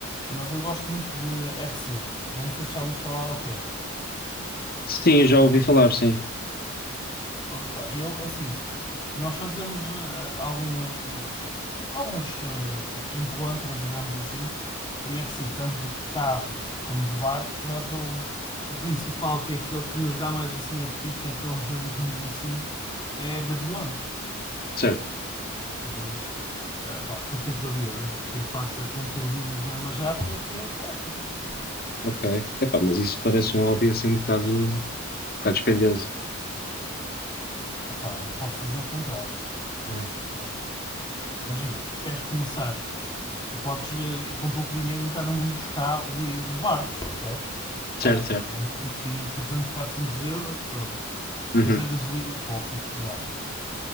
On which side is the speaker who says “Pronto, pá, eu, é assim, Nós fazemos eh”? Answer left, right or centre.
Left